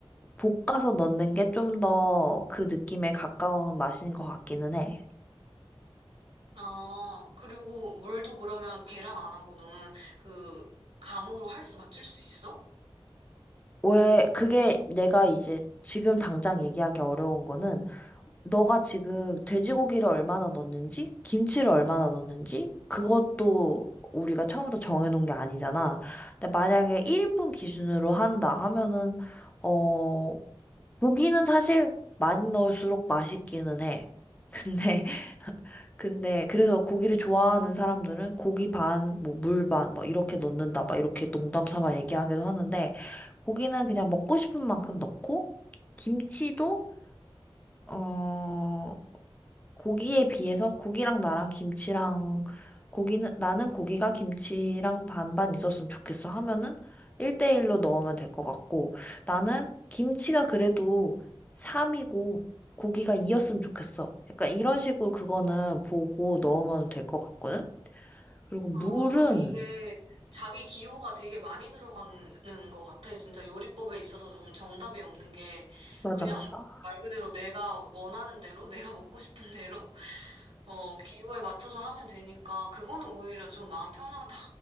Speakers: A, on the left (about 15°); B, on the right (about 75°).
A: 볶아서 넣는 게 좀 더 그 느낌에 가까운 맛인 것 같기는 해.
B: 아, 그리고 물도 그러면 계량 안 하고 너는 그 감으로 할 수, 맞출 수 있어?
A: 왜, 그게 내가 이제 지금 당장 얘기하기 어려운 거는, 너가 지금 돼지고기를 얼마나 넣는지, 김치를 얼마나 넣는지, 그것도 우리가 처음부터 정해놓은 게 아니잖아. 근데 만약에 1인분 기준으로 한다 하면은, 어, 고기는 사실 많이 넣을수록 맛있기는 해. <laughs> 근데 근데 그래서 고기를 좋아하는 사람들은 고기 반, 뭐 물 반, 뭐 이렇게 넣는다, 막 이렇게 농담 삼아 얘기하기도 하는데 고기는 그냥 먹고 싶은 만큼 넣고 김치도 어 고기에 비해서 고기랑 나랑 김치랑 고기는 나는 고기가 김치랑 반반 있었으면 좋겠어 하면은 1대1로 넣으면 될 것 같고 나는 김치가 그래도 3이고 고기가 2였으면 좋겠어. 약간 이런 식으로 그거는 보고 넣으면 될 것 같거든. 그리고 물은
B: 아, 이게 자기 기호가 되게 많이 들어가는 것 같아. 진짜 요리법에 있어서 정, 정답이 없는 게
A: 맞아
B: 그냥
A: 맞아.
B: 말 그대로 내가 원하는 대로, 내가 먹고 싶은 대로, 어, 기호에 맞춰서 하면 되니까 그거는 오히려 좀 마음 편하다.